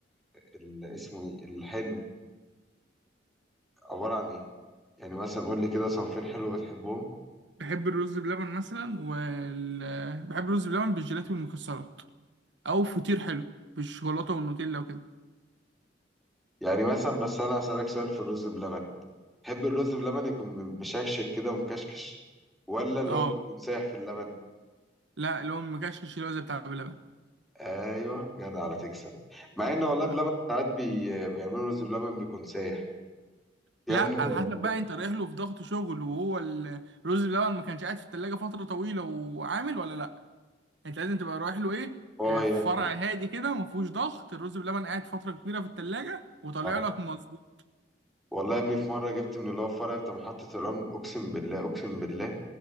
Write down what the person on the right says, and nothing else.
بحب الرز بلبن مثلا وال بحب الرز بلبن بالجيلاتي والمكسرات او فطير حلو بالشوكولاته والنوتيلا وكده
اه
لا اللي هو مكشكش اللي هو زي بتاع بلبن
آه.
لا
على حسب بقى انت رايح له في ضغط شغل وهو ال- الرز بلبن ما كانش قاعد في التلاجة فترة طويلة وعامل ولا لا انت لازم تبقى رايح له ايه
آه، في
فرع هادي كده ما فيهوش ضغط الرز بلبن قاعد فترة كبيرة في التلاجة وطالع
لك مظبوط